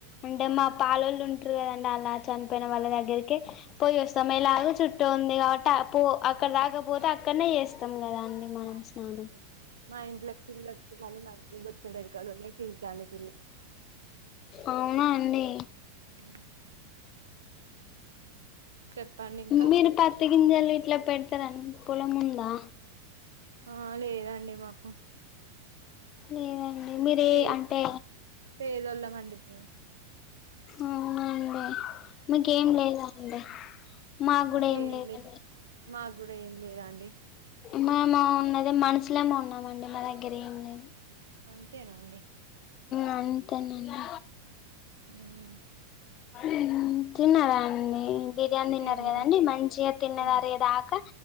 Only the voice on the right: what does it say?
అవునా
అవునండి
మా ఇంట్లోకి పిల్లి వస్తడు కానీ మా ఇంట్లో వచ్చాడ కవెనకాల ఉన్నాయి తింటాది క పిల్లి
హ్మ్. చెప్పండి ఇంకా
ఆ లేదండి మాకు
పే
పేదోళ్ళమండి మేము
మాక్
ఏం
లేదు మాకు కూడా ఏం లేద అండి
అంతేనా అండి
ఉమ్
తిన్నా
తిన్నా